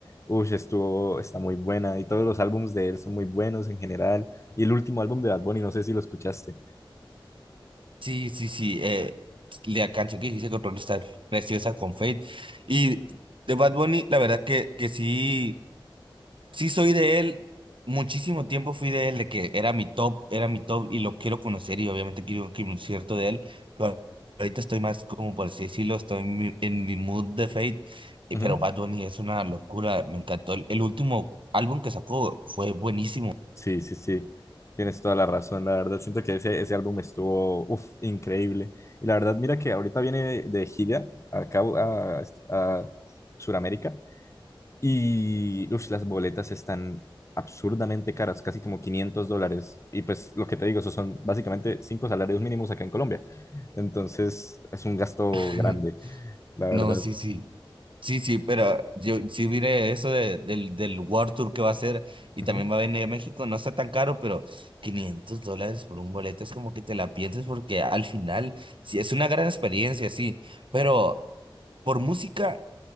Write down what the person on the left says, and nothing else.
uff, estuvo, está muy buena y todos los álbumes de él son muy buenos en general. Y el último álbum de Bad Bunny, no sé si lo escuchaste.
Ujú.
Sí, sí, sí, tienes toda la razón, la verdad, siento que ese, ese álbum estuvo, uff, increíble. Y la verdad, mira que ahorita viene de gira acá a, a Sudamérica Y ush, las boletas están absurdamente caras, casi como 500 dólares. Y pues lo que te digo, esos son básicamente cinco salarios mínimos acá en Colombia. Entonces es un gasto
grande, la
verdad.
Ujú.